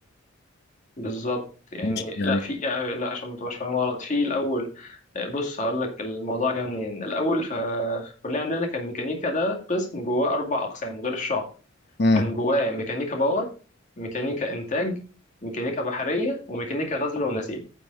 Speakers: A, on the left; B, on the left.
A: بالظبط يعني
B: مش يعني
A: لا في يعني لا عشان ما تبقاش فاهم غلط في الاول بص هقول لك الموضوع جه منين الاول ف- في الكليه عندنا كان ميكانيكا ده قسم جواه اربع اقسام غير الشعب
B: امم
A: كان جواه ميكانيكا باور ميكانيكا انتاج ميكانيكا بحريه وميكانيكا غزل ونسيج